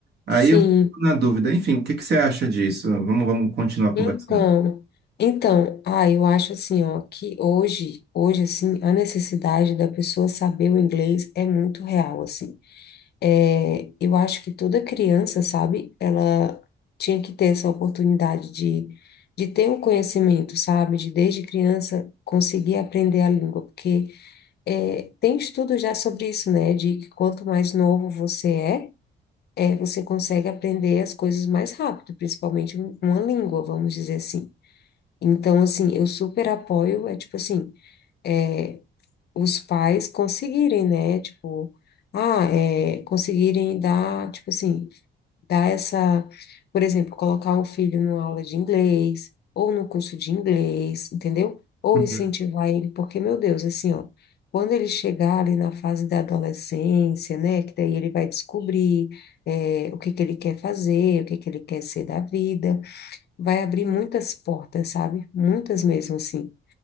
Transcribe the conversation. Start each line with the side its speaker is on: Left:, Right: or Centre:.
Right: Aí
Left: Sim,
Right: eu fico na dúvida. Enfim, o que que você acha disso? Vamos, vamos continuar
Left: então,
Right: conversando.
Left: então, ah, eu acho assim, ó, que hoje, hoje assim, a necessidade da pessoa saber o inglês é muito real, assim. É, eu acho que toda criança, sabe, ela tinha que ter essa oportunidade de, de ter o conhecimento, sabe, de desde criança conseguir aprender a língua, porque é, tem estudo já sobre isso, né, de que quanto mais novo você é, é, você consegue aprender as coisas mais rápido, principalmente um- uma língua, vamos dizer assim. Então, assim, eu super apoio, é tipo assim, é, os pais conseguirem, né? Tipo, ah, é, conseguirem dar, tipo assim, dar essa, por exemplo, colocar o filho numa aula de inglês, ou no curso de inglês, entendeu? Ou
Right: Uhum.
Left: incentivar ele, porque, meu Deus, assim, ó, quando ele chegar ali na fase da adolescência, né? Que daí ele vai descobrir é, o que que ele quer fazer, o que que ele quer ser da vida, vai abrir muitas portas, sabe? Muitas mesmo, assim.